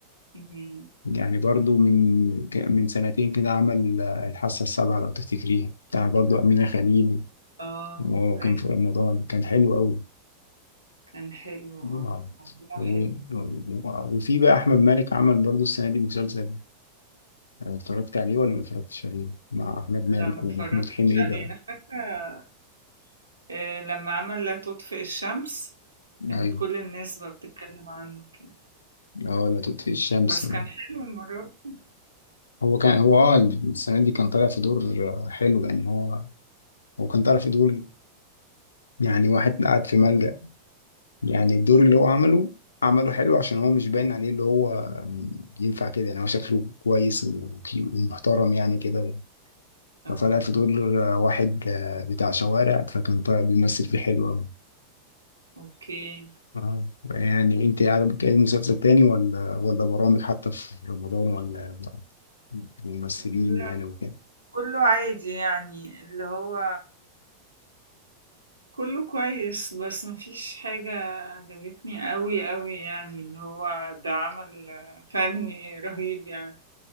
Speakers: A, on the right; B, on the left.
A: أمم،
B: يعني برضه من ك- من سنتين كده عمل آه، الحاسة السابعة لو تفتكريها بتاع برضه أمينة خليل
A: اه
B: وهو كان
A: أي
B: في رمضان كان حلو أوي
A: كان حلو اه
B: آه.
A: موضوع
B: و-
A: حلو
B: و- وفي بقى أحمد مالك عمل برضه السنة دي مسلسل أنا اتفرجت عليه ولا ما اتفرجتش عليه مع احمد
A: لا
B: مالك
A: ما
B: ومحمود
A: اتفرجتش
B: حميدة
A: عليه أنا فاكرة آه، لما عمل لا تطفئ الشمس كانت
B: ايوه
A: كل الناس بقى بتتكلم عنه كده
B: اه لا تطفئ الشمس
A: بس كان حلو المرة دي.
B: هو كان هو اه السنه دي كان طالع في دور آه، حلو يعني هو هو كان طالع في دور يعني واحد قاعد في ملجأ يعني الدور اللي هو عمله عمله حلو عشان هو مش باين عليه اللي هو ينفع كده يعني هو شكله كويس وكيو- ومحترم يعني كده
A: اه
B: فطالع في دور آه، واحد آه، بتاع شوارع فكان طالع بيمثل فيه حلو أوي
A: اوكي
B: آه. يعني انت يعني بتتكلم مسلسل تاني ولا ولا برامج حتى في رمضان ولا ممثلين
A: لا
B: يعني وكده
A: كله عادي يعني اللي هو كله كويس بس مفيش حاجة عجبتني قوي قوي يعني اللي هو ده عمل فني رهيب يعني